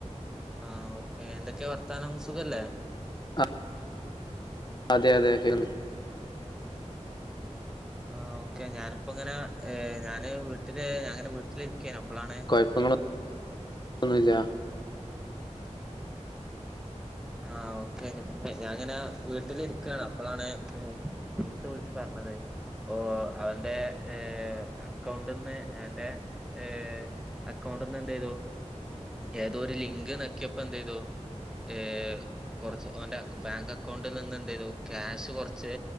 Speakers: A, in the centre; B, on the left (about 40°).
A: ആഹ് ഓക്കെ എന്തൊക്കെയാ വർത്താനം സുഖല്ലേ?
B: ആ അതെ അതെ <unintelligible>
A: ആഹ് ഓക്കെ ഞാനിപ്പോ ഇങ്ങനെ ഞാന് വീട്ടില് അങ്ങനെ വീട്ടിലിരികേണ്‌ അപ്പളാണ്.
B: അയ്പങ്ങള ഒന്നുല്യ
A: ആഹ് ഓക്കെ ഞാൻ ഇങ്ങനെ വീട്ടിലിരിക്കാണ് അപ്പഴാണ്. സുഹൃത്ത് വിളിച്ച് പറഞ്ഞത്. ഓഹ് അവന്റെ ഏഹ് അക്കൗണ്ട്ന്ന് അവന്റെ. ഏഹ് അക്കൗണ്ടന്ന് എന്തയ്തു ഏതോ ഒരു ലിങ്ക് നക്ക്യപ്പോ എന്തയ്തോ. ഏഹ് കൊറച്ച് ഓന്റെ അക് ബാങ്ക് അക്കൗണ്ടിൽ നിന്ന് എന്ത്യ്തു ക്യാഷ് കുറച്ച്.